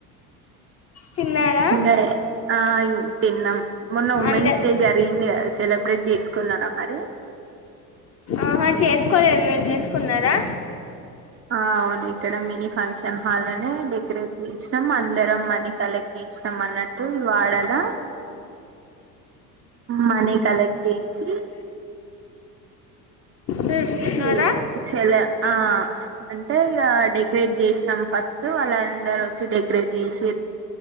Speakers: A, on the left; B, on the right.
A: తిన్నారా
B: ఇంకా ఆ తిన్నాం మొన్న ఉమెన్స్
A: అంద
B: డే జరిగింది సెలబ్రేట్ చేసుకున్నార మరి
A: ఆహా చేసుకోలేదు మీరు తీసుకున్నారా
B: ఆ అవును ఇక్కడ మినీ ఫంక్షన్ హాల్ అనే డెకరేట్ చేసినాం అందరం మనీ కలెక్ట్ చే ఇష్టం అన్నట్టు వాడలాా మనే కలెక్ చేసి
A: చేసుకున్నారా
B: చే సల ఆ అంటే ఇక డెకరేట్ చేసాం ఫస్ట్ వాళ్ళందరు వచ్చి డెకరేట్ చేసి